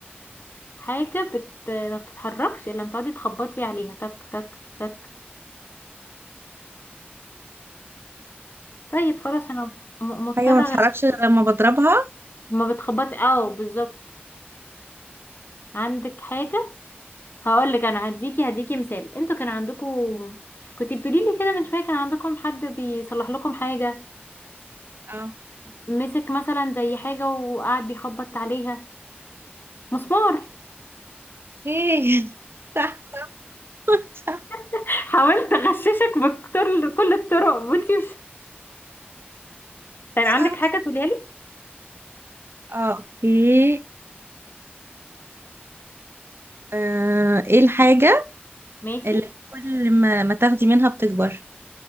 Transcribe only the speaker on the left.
حاجه بت... ما بتتحركش الا لما تقعدي تخبطي عليها تك تك تك طيب خلاص انا م- مضطرة
أغش-
ما بتخبطي اه بالظبط عندك حاجة هقول لك انا هديكي هديكي مثال انتوا كان عندكم كنتي بتقولي لي كده من شوية كان عندكم حد بيصلح لكم حاجة
مسك مثلا زي حاجة وقعد بيخبط عليها مسمار
<laughs> حاولت اغششك بكتر كل الطرق وانتي مش طيب
عندك حاجة تقوليها لي
ماشي